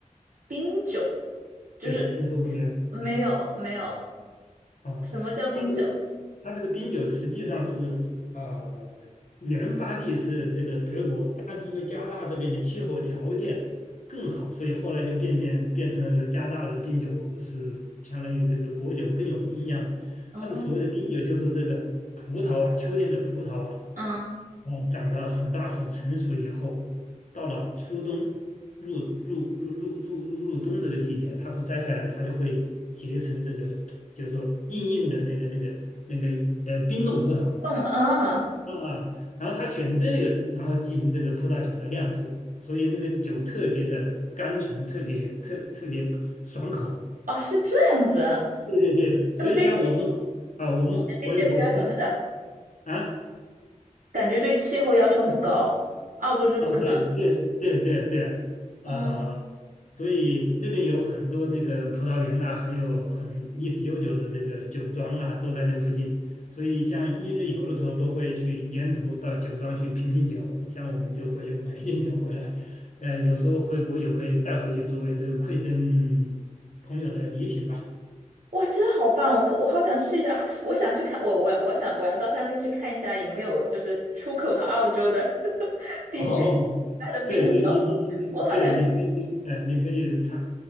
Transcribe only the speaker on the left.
对，听说过没有？
嗯，哦，
它这个它这个冰酒实际上是呃原发地是这个德国，但是因为加拿大这边的气候条件更好，所以后来就变变变成了这个加拿大的冰酒是相当于这个国酒更有名一样的。
它的所谓的冰酒就是这个葡萄啊，秋天的葡萄啊，
呃，长得很大很成熟以后，到了初冬，入入入入入入入冬这个季节，它不摘下来，它就会结成这个，就是说硬硬的那个那个那个呃冰冻葡萄
啊。然后他选这个，然后进行这个葡萄酒的酿制，所以那个酒特别的甘醇，
特别特特别爽口。
对对，所以像我们
啊，我们回国经
啊。
啊，对对对对对，啊，
所以那边有很多那个葡萄园呐、还有很历史悠久的这个酒庄啊，都在那附近。所以像一日游的时候，都会去沿途到酒庄去品品酒，像我们就会买一点酒回来，呃，有时候回国也会带回去作为这个馈赠朋友的礼品吧。
哦，<laughs>
对对，你你你你，
对，你可以，你呃，你可以查